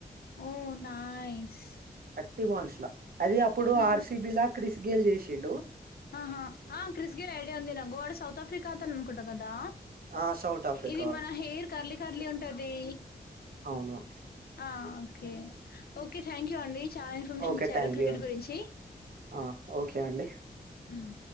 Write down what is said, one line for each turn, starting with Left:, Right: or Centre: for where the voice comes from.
Left: ఓ నైస్
Right: టివాల్స్ లా అది అప్పుడు
Left: ఉహు
Right: ఆర్సిబి లా క్రిస్ గేల్ చేసిన్డు
Left: ఆహా ఆ క్రిస్ గేల్ ఐడియా ఉంది నాకు వాడు సౌత్ ఆఫ్రికా తరపు అనుకుంట కదా
Right: ఆ సౌత్ ఆఫ్రికా
Left: ఇది
Right: వాడు
Left: మన హెయిర్ కర్లీ కర్లీ ఉంటది
Right: అవును
Left: ఆ ఓకే ఓకే థ్యాంక్ యూ అండి చాలా ఇన్ఫర్మేషన్
Right: ఓకే
Left: ఇచ్చారు
Right: థ్యాంక్
Left: క్రికెట్
Right: యూ అండి
Left: గురించి
Right: ఆ, ఓకే అండి
Left: హ్మ్.